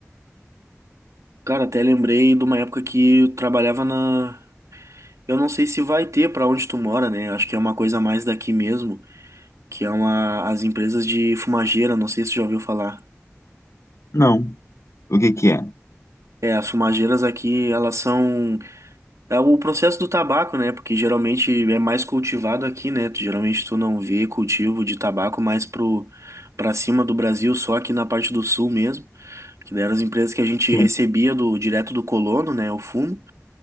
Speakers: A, on the right (about 80°); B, on the left (about 65°).
A: Cara, até lembrei de uma época que eu trabalhava na. Eu não sei se vai ter pra onde tu mora, né? Acho que é uma coisa mais daqui mesmo, que é uma... as empresas de fumageira, não sei se tu já ouviu falar.
B: Não. O que que é?
A: É, as fumageiras aqui, elas são É o processo do tabaco, né? Porque geralmente é mais cultivado aqui, né? Tu- Geralmente tu não vê cultivo de tabaco mais pro para cima do Brasil, só aqui na parte do sul mesmo, que daí eram as empresas que a gente
B: Sim.
A: recebia do direto do colono, né? O fumo.